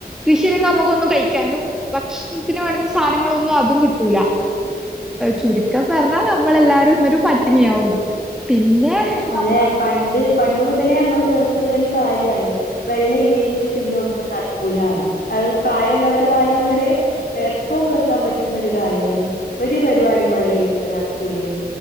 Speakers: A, in the centre; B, on the left.
A: കൃഷിയില്ലെങ്കി നമ്മുക്കൊന്നും കഴിക്കാനും ഭക്ഷണത്തിന് വേണുന്ന സാനങ്ങളൊന്നും അതും കിട്ടൂല ചുരുക്കം പറ്ഞ്ഞാ നമ്മളെല്ലാരും ഇന്നൊരു പട്ടിണിയാവും പിന്നെ
B: അതെ
A: നമ്മ
B: പണ്ട് പണ്ട് മുതലേ അമ്മള് കേൾക്കുന്നൊരു കാര്യാന്ന്. വെള്ള ഇല്ലെങ്കില് പിന്നെ ഒന്നും നടക്കൂലാന്ന്. അത് പ്രായ ഉള്ളവരെ വായിന്നു വരെ എപ്പം കേക്കാൻ പറ്റുന്നൊരു ഒരു കാര്യാന്ന്. ഒരു പരിപാടി വള്ള ഇല്ലെങ്കില് നടക്കൂലേനി